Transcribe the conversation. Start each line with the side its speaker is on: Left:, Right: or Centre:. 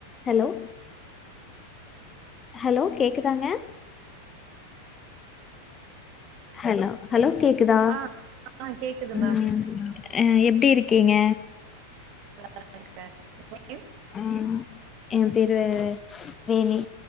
Left: Hello hello கேக்குதாங்க hello hello கேக்குதா
Right: ஆ ஆ கேக்குது
Left: ம்
Right: மேம்
Left: ஆ எப்டி இருக்கீங்க
Right: நல்லா இருக்க <unintelligible>
Left: அ என் பேரு வேணி